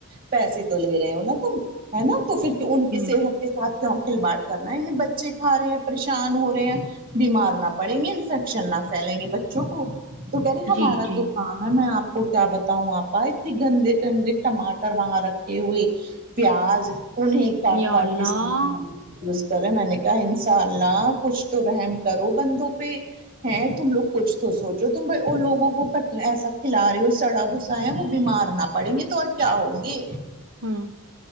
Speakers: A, on the right (about 40°); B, on the right (about 60°).
A: پیسے تو لے رہے ہو نا تم ہے نا تو پھر ان کی
B: ہ
A: صحت کے کے ساتھ کیوں کھلواڑ کرنا ہے یعنی بچے کھا رہے ہیں پریشان ہو رہے ہیں بیمار نہ پڑیں گے انفیکشن نہ پھیلیں گے بچوں کو تو کہہ رہے ہمارا
B: جی جی
A: تو کام ہے میں آپ کو کیا بتاؤں آپا اتنے گندے گندے ٹماٹر وہاں رکھے ہوئے پیاز انہیں کاٹ
B: یا
A: کاٹ
B: اللہ
A: کے سبزیاں ز کریں میں نے کہا ان شاء اللہ کچھ تو رحم کرو بندوں پہ ہیں تم لوگ کچھ تو سوچو تم لوگوں کو ایسا کھلا رہے ہو سڑا چاہیں وہ بیمار نہ پڑیں گے تو اور کیا ہوں گے
B: ہوں